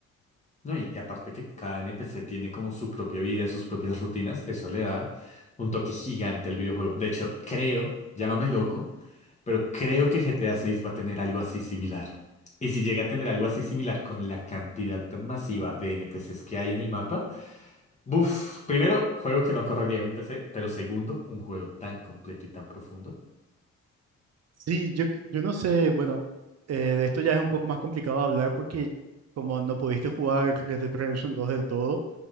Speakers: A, on the left; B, on the right.
A: No, y, y aparte que cada NPC tiene como su propia vida, sus propias rutinas, eso le da un toque gigante al videojuego. De hecho, creo, llámame loco, pero creo que GTA 6 va a tener algo así similar. Y si llega a tener algo así similar con la cantidad tan masiva de NPCs que hay en el mapa, buf, primero, juego que no correría en mi PC, pero segundo, un juego tan completo y tan profundo.
B: Sí, yo, yo no sé, bueno, eh, de esto ya es un poco más complicado hablar porque como no pudiste jugar Red Dead Redemption 2 del todo,